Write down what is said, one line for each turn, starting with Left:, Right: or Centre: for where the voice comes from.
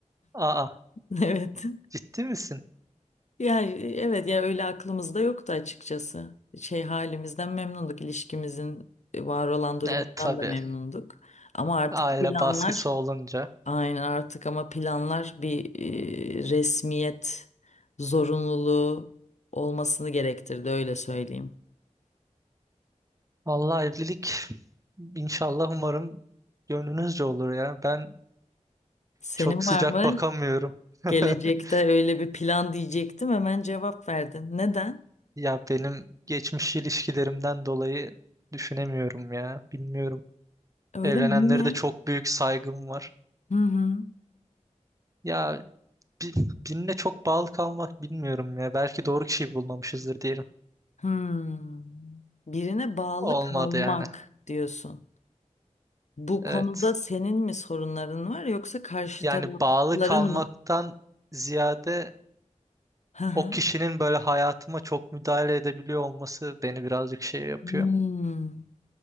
Right: Aa
Left: <laughs> Evet.
Right: ciddi misin?
Left: Yani evet ya öyle aklımızda yoktu açıkçası. Şey halimizden memnunduk, ilişkimizin var olan durumundan
Right: Evet tabii.
Left: da memnunduk. Ama artık
Right: Aile
Left: planlar
Right: baskısı olunca.
Left: Aynen artık ama planlar bir e, resmiyet zorunluluğu olmasını gerektirdi öyle söyleyeyim.
Right: Vallahi evlilik inşallah umarım gönlünüzce olur ya. Ben
Left: Senin
Right: çok sıcak
Left: var mı?
Right: bakamıyorum. <laughs>
Left: Gelecekte öyle bir plan diyecektim hemen cevap verdin. Neden?
Right: Ya benim geçmiş ilişkilerimden dolayı düşünemiyorum ya. Bilmiyorum.
Left: Öyle
Right: Evlenenlere
Left: mi? Niye?
Right: de çok büyük saygım var.
Left: Hı hı.
Right: Ya bi- birine çok bağlı kalmak bilmiyorum ya. Belki doğru kişiyi bulmamışızdır diyelim.
Left: Hmm. Birine bağlı
Right: Olmadı
Left: kalmak
Right: yani.
Left: diyorsun. Bu
Right: Evet.
Left: konuda senin mi sorunların var yoksa karşı
Right: Yani
Left: tarafların
Right: bağlı kalmaktan
Left: mı?
Right: ziyade
Left: Hı hı.
Right: o kişinin böyle hayatıma çok müdahale edebiliyor olması beni birazcık şey yapıyor.
Left: Hmm.